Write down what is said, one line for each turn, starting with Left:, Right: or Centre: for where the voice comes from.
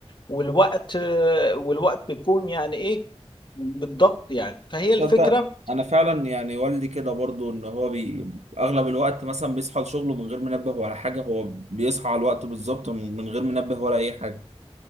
Left: والوقت آه، والوقت بيكون يعني ايه بالضبط يعني فهي الفكرة
Right: تصدق انا فعلا يعني والدي كده برضو ان هو بي... اغلب الوقت مثلا بيصحى لشغله من غير منبه ولا حاجه هو بيصحى على الوقت بالظبط من من غير منبه ولا اي حاجه